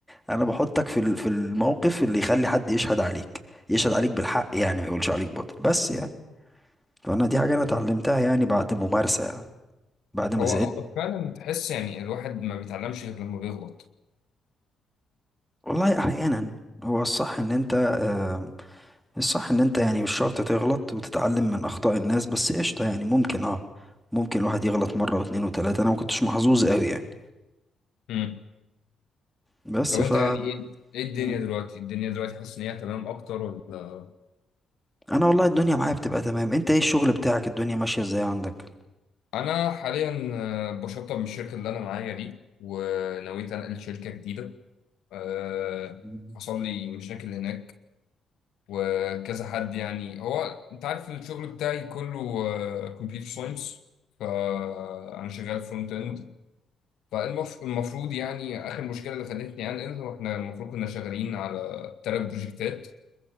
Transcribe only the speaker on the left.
هو
آه، فعلا تحس يعني الواحد ما بيتعلمش غير لما بيغلط
امم
طب انت
يعني ايه ايه الدنيا
دلوقتي الدنيا دلوقتي حاسس ان هي تمام اكتر ولا
انا حاليا آه، بشطب من الشركه اللي انا معايا دي ونويت انقل شركه جديده أه
حصل لي مشاكل هناك وكذا حد يعني هو انت عارف الشغل بتاعي كله كمبيوتر ساينس فانا شغال فرونت اند فالمفروض يعني آخر مشكلة اللي خلتني أنقل وإحنا المفروض كنا شغالين على تلات بروجكتات